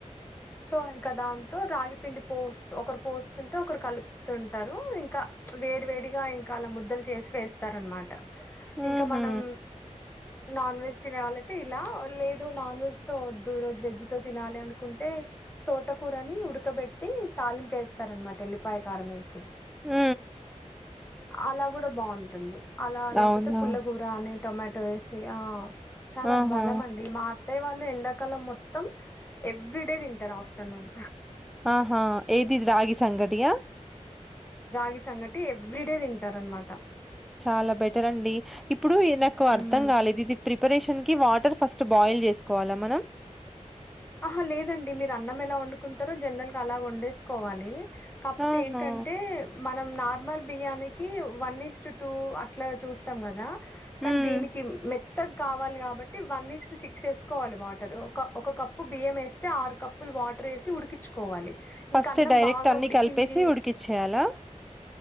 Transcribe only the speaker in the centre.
హుహు.
హ
అవునా!
ఆహా!
ఆహా ఏది ఇది రాగి సంగటి యా
చాలా బెటర్ అండి ఇప్ ప్పుడు ఇది నాకు
అర్థం కాలేదు ఇది ప్రిపరేష్ టం కి వాటర్ ఫస్ట్ బాయిల్ చేసుకోవాలా మనం
ఆహా!
హ్మ్.
ఫస్ట్
డైరెక్ట్
అన్నిీ
కలిపేసి ఉడికిచ్చేయాలా